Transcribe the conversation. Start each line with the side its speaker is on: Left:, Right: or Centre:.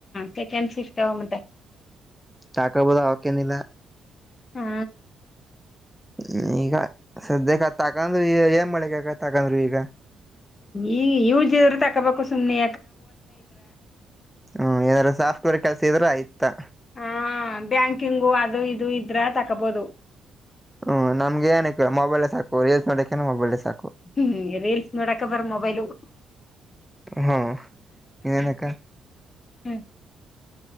Left: ಸೆಕೆಂಡ್ ಸಿಕ್ತಗ ಮಟೆ
Centre: ಚಾಕಾಬದ ಅವಕೆನಿಲ್ಲ
Left: ಹಾ
Centre: ಹ್ಮ ಈಗ ಸದ್ಯಕ್ಕೆ ತಕಂದ್ರು ಈ ಏನ್ ಮಾಡಳಗಕ ತಕಂದ್ರು ಈಗ
Left: ಈ ಯುಸ್ ಇರೋದು ತಕೋಬೇಕು ಸುಮನೆ
Centre: ಹ್ಮ ಏನಾರ ಸಾಫ್ಟ್ವೇರ್ ಕೆಲ್ಸ ಇದ್ರೆ ಆಯ್ತಾ
Left: ಹ ಬ್ಯಾಂಕಿಂಗು ಅದು ಇದು ಇದ್ರ ತಕೋಬೋದು
Centre: ಹ್ಮ್ ನಮ್ ಏನಕ್ಕಿಲ್ಲ ಮೊಬೈಲ್ ಸಾಕು ರೆಲ್ಸ್ ನೋಕ್ಕೇನ ಮೊಬೈಲ್ ಸಾಕು
Left: ಹ್ಮ್ ರೀಲ್ಸ್ ನೋಡಾಕ ಬರ ಮೊಬೈಲು
Centre: ಹಾ ಇನಕ್ಕ
Left: ಹ್ಮ್